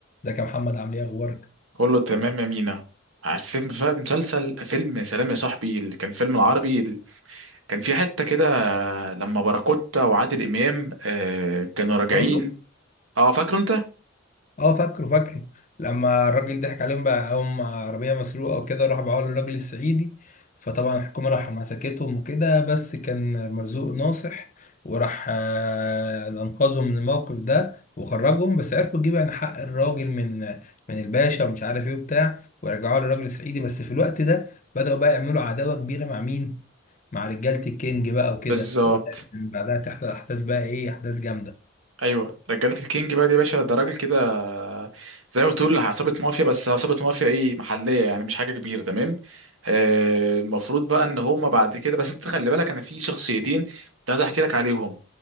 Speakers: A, on the left (about 40°); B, on the right (about 80°).
A: ازيك يا محمد عامل ايه اخبارك
B: كله تمام يا مينا عارفين بقى مسلسل فيلم سلام يا صاحبي اللي كان فيلم العربي اللي كان في حتة كده لما باراكوتا وعادل إمام آه كانوا راجعين
A: عبسو
B: اه فاكره انت
A: اه فاكره فاكره لما الراجل ضحك عليهم بقى هم عربيه مسروقه وكده راح باعوها للراجل الصعيدي فطبعا الحكومه راح مسكتهم وكده بس كان مرزوق ناصح وراح آه، انقذهم من الموقف ده وخرجهم بس عرفوا يجيبوا يعني حق الراجل من من الباشا ومش عارف ايه وبتاع ورجعوها للراجل الصعيدي بس في الوقت ده بدأوا بقى يعملوا عداوه كبيره مع مين مع رجاله الكينج بقى وكده
B: بالظبط
A: وبدأت من بعدها تحصل احداث بقى ايه احداث جامده
B: ايوه رجالة الكينج بقى دي يا باشا ده راجل كده آه، زي ما بتقول عصابة مافيا بس عصابة مافيا ايه محلية يعني مش حاجة كبيرة تمام آه المفروض بقى ان هما بعد كده بس انت خلي بالك انا في شخصيتين كنت عايز احكي لك عليهم